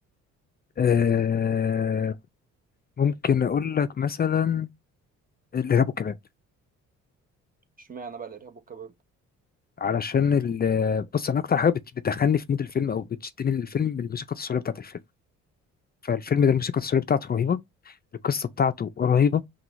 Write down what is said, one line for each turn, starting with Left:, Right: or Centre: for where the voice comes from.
Left: آه، ممكن اقول لك مثلا الارهاب والكباب
Right: اشمعنى بقى الارهاب والكباب
Left: علشان ال- بص انا اكتر حاجه بت- بتدخلني في مود الفيلم او بتشدني للفيلم الموسيقى التصويريه بتاعت الفيلم فالفيلم ده الموسيقى التصويريه بتاعته رهيبه القصه بتاعته رهيبه